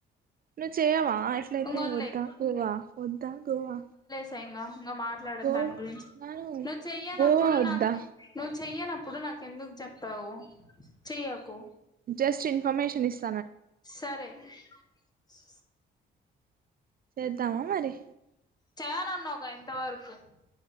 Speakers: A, on the right; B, on the left.
A: ను చేయవా అ ఎట్లయితే
B: ఇంగ వదిలేయ్
A: వద్దా కోవా ఓద్ త్త గోవా
B: తెంగా మాట్లాడ
A: గో
B: దాని గురించి
A: నాను
B: నువ్వు చెయనప్పుడు
A: గోవా వద్దా
B: నాకు నువ్ చెయనప్పుడు నాకు ఎందుకు చెప్పావు చెయ్యకు
A: జస్ట్న్ కమేషనిస్
B: సరే స్
A: చేద్దామా మరి
B: చేయనాన్నాకా ఇంతవరకు